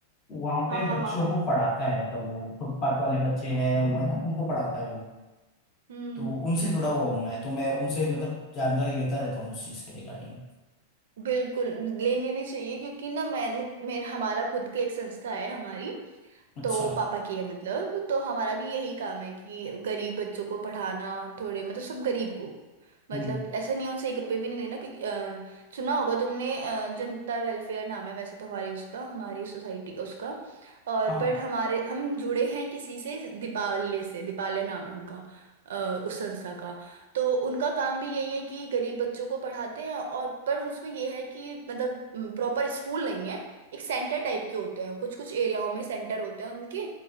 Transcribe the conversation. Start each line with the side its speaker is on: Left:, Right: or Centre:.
Left: वहां पे
Right: हाँ हाँ
Left: बच्चों
Right: हाँ हाँ
Left: को पढ़ाता है मतलब वो फुटपाथ वाले बच्चे हैं वो है ना उनको पढ़ाता है वो
Right: हम्म
Left: तो उनसे जुड़ा हुआ हूँ मैं तो मैं उनसे मतलब जानकारी लेता रहता हूँ उस चीज के रिगार्डिंग
Right: बिल्कुल लेनी भी चाहिए क्योंकि ना मैंने मेरे हमारा खुद के एक संस्था है हमारी
Left: अच्छा
Right: तो पापा की है मतलब तो हमारा भी यही काम है कि गरीब बच्चों को पढ़ाना थोड़े मतलब सब गरीब को मतलब
Left: हम्म
Right: ऐसा नहीं है, उनसे एक रुपए भी नहीं लेना क्योंकि अ, सुना होगा तुमने अ, जनता वेलफेयर नाम है वैसे तो हमारी उसका हमारी सोसाइटी का उसका और
Left: हाँ
Right: पर हमारे हम जुड़े हैं किसी से दीपालय से दीपालय नाम है उनका अ, उस संस्था का तो उनका काम भी यही है कि गरीब बच्चों को पढ़ाते हैं और पर उसमें यह है कि मतलब प्रॉपर स्कूल नहीं है एक सेंटर टाइप के होते हैं कुछ कुछ एरियाओं में सेंटर होते हैं उनके